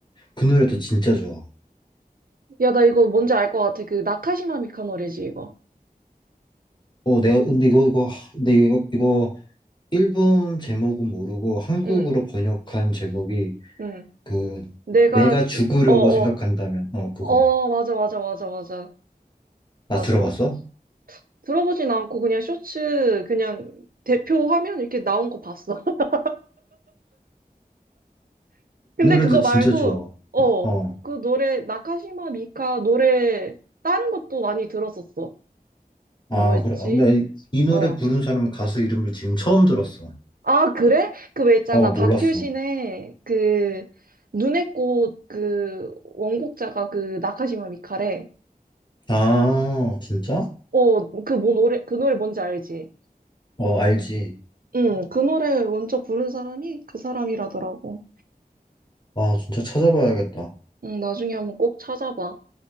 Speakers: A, on the left; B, on the right.
A: 그 노래도 진짜 좋아.
B: 야, 나 이거 뭔지 알 것 같아. 그, 나카시마 미카 노래지, 이거.
A: 어, 내가, 근데 이거, 이거, 근데 이거, 이거, 일본 제목은 모르고 한국으로
B: 응,
A: 번역한 제목이
B: 응.
A: 그,
B: 내가,
A: 내가 죽으려고
B: 어, 어,
A: 생각한다면, 어, 그거.
B: 어, 맞아, 맞아, 맞아, 맞아.
A: 나
B: 맞아,
A: 들어봤어?
B: 맞아. 들어보진 않고 그냥 쇼츠 그냥 대표 화면 이렇게 나온 거 봤어. <laughs> 근데
A: 이 노래도
B: 그거 말고
A: 진짜 좋아.
B: 어,
A: 어.
B: 그 노래 나카시마 미카 노래 다른 것도 많이 들었었어.
A: 아,
B: 뭐였지?
A: 그래. 아, 나이 이 노래
B: 어.
A: 부른 사람 가수 이름을 지금 처음 들었어.
B: 아, 그래? 그 왜 있잖아.
A: 어, 몰랐어.
B: 박효신의 그 눈의 꽃 그 원곡자가 그 나카시마 미카래.
A: 아, 진짜?
B: 어, 그 뭐 노래 그 노래 뭔지 알지?
A: 어, 알지.
B: 응, 그 노래 먼저 부른 사람이 그 사람이라더라고.
A: 아, 진짜 찾아봐야겠다.
B: 응, 나중에 한번 꼭 찾아봐.